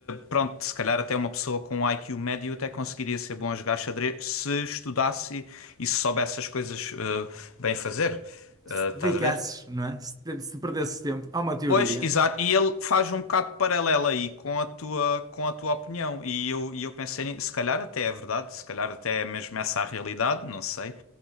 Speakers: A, on the left; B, on the right.
A: pronto, se calhar até uma pessoa com um I Q médio até conseguiria ser bom a jogar xadrez se estudasse e, e se soubesse as coisas eh, bem fazer. Eh,
B: Se
A: estás
B: te dedicasses,
A: a ver?
B: não é? Se, te- se perdesses tempo, há uma teoria.
A: Pois, exato, e ele faz um bocado de paralelo aí com a tua, com a tua opinião. E eu, e eu pensei, ni- se calhar até é verdade, se calhar até é mesmo essa a realidade, não sei,